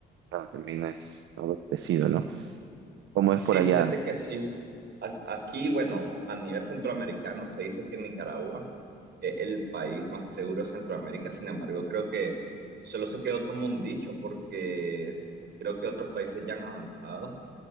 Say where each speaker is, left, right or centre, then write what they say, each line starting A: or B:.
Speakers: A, on the right; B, on the right.
A: claro, también es algo parecido, ¿no? ¿Cómo
B: Sí,
A: es por allá?
B: fíjate que sí. A- Aquí, bueno, a nivel centroamericano se dice que Nicaragua es el país más seguro de Centroamérica. Sin embargo, creo que solo se quedó como un dicho porque creo que otros países ya han avanzado